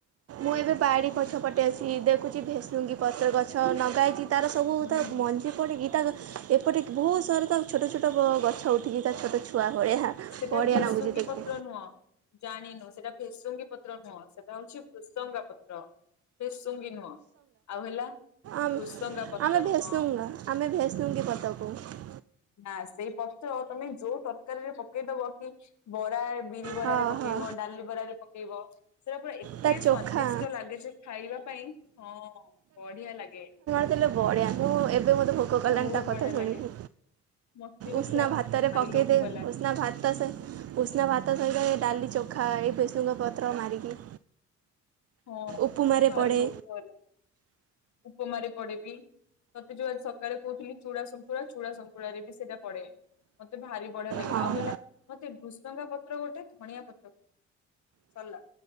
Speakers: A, on the right (about 50°); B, on the left (about 65°).
A: ମୁଁ ଏବେ ବାଡ଼ି ପଛ ପଟେ ଅଛି ଦେଖୁଛି ଭେସୁଙ୍ଗୀ ପତ୍ର ଗଛ ଲଗା ହେଇଛି ତାର ସବୁ
B: ହୁଁ
A: ତା
B: ହୁଁ।
A: ମଞ୍ଜି। ମଞ୍ଜି ପଡିକି ତା ଗ ଏପଟେ ବହୁତ ସାରା ତା ଛୋଟ ଛୋଟ ଗ ଗଛ ଉଠିଚି ତା ଛୋଟ ଛୁଆ ଭଳିଆ।
B: ସେଟା
A: ବଢ଼ିଆ
B: ଭେସୁଙ୍ଗୀ
A: ଲାଗୁଛି ଦେଖି
B: ପତ୍ର ନୁହଁ। ଜାଣିନୁ ସେଟା ଭେସୁଙ୍ଗୀ ପତ୍ର ନୁହଁ ସେଟା ହଉଛି ଭୃସଙ୍ଗା ପତ୍ର। ଭେସୁଙ୍ଗୀ ନୁହଁ ଆଉ ହେଲା।
A: ଆମ୍
B: ଭୃସଙ୍ଗା ପତ୍ର
A: ଆମେ ଭେସୁଙ୍ଗା
B: ହଁ
A: ଆମେ ଭେସୁଙ୍ଗୀ ପତ୍ର କହୁ।
B: ନା ସେଇ ପତ୍ର ତମେ ଯୋଉ ତରକାରୀରେ ପକେଇଦବ କି। ବରା ଏ ବିରି ବରାରେ
A: ହଁ
B: ପକେଇବ
A: ହଁ
B: ଡାଲି ବରାରେ ପକେଇବ ସେଟା ପୁରା ଏତେ ଏତେ
A: ତା ଚୋଖା
B: ସ୍ଵାଦିଷ୍ଟ ଲାଗେ ଯେ ଖାଇବା ପାଇଁ ହଁ ବଢିଆ ଲାଗେ।
A: ହେଲେ ବଢିଆ ମୁଁ ଏବେ ମୋତେ ଭୋକ କଲାଣି
B: ବହୁତ
A: ତା କଥା
B: ବଢିଆ
A: ଶୁଣିକି?
B: ଲାଗେ ମତେ ବି
A: ଉଷୁନା
B: ସେଇଆ
A: ଭାତରେ
B: ପା ମତେ ଭାରି
A: ପକେଇ
B: ଲୋଭ
A: ଦେ
B: ହେଲାଣି
A: ଉଷୁନା ଭାତ ସେ ଉଷୁନା ଭାତ ସହିତ ଏ ଡାଲି ଚୋଖା ଏ ଭେସୁଙ୍ଗ ପତ୍ର ମାରିକି।
B: ହଁ ମତେ
A: ଉପମାରେ
B: ଭାରି
A: ପଡ଼େ
B: ଲୋଭ ହେଲା ଉପମାରେ ପଡେ ବିି। ତତେ ଯୋଉ ଆଜି ସକାଳେ କହୁଥିଲି ଚୁଡା ଶଙ୍କୁୁଳା ଚୁଡ଼ା ଶଙ୍କୁୁଳାରେ ସେଟା ପଡେ ମତେ ଭାରି ବଢିଆ ଲାଗେ
A: ହଁ
B: ଆଉ ହେଲା ମତେ ଭୃସଙ୍ଗ ପତ୍ର ଗୋଟେ ଧଣିଆ ପତ୍ର ସରିଲା।